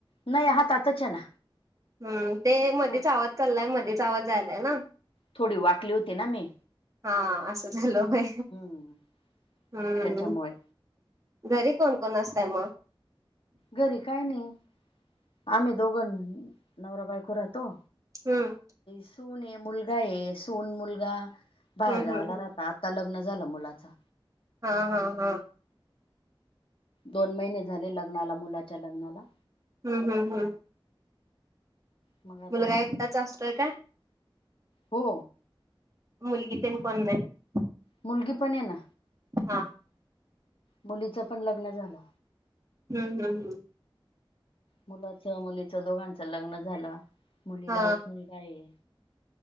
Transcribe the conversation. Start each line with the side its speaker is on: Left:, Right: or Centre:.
Left: नाही, हातातचय ना.
Right: हम्. ते मधीच
Left: थोड
Right: आवाज चाललाय. मधीच आवाज जायलाय ना.
Left: थोडी वाकली होती ना मी
Right: हा असं झालं व्हय.
Left: हम्म
Right: हूं.
Left: त्याच्यामुळे
Right: घरी कोण- कोण असताय मग?
Left: घरी काय नाही. आम्ही दोघ न, नवरा - बायको राहतो.
Right: हम्म.
Left: सूनये, मुलगाये. सून- मुलगा बाहेर
Right: हम्म
Left: गावाला
Right: हम्म
Left: राहतात. आता लग्न झालं मुलाचं.
Right: हा, हा, हा.
Left: दोन महिने झाले लग्नाला. मुलाच्या लग्नाला.
Right: हं, हं, हं.
Left: मग आता
Right: मुलगा, एकटाच असतोय काय?
Left: हो
Right: मुलगी, तेन कोण नाही.
Left: मुलगी पणयना.
Right: हा
Left: मुलीचं पण लग्न झालं.
Right: हूं, हूं, हूं.
Left: मुलाच -, दोघांचं लग्न झालं. मुलीला
Right: हा
Left: एक मुल गाये.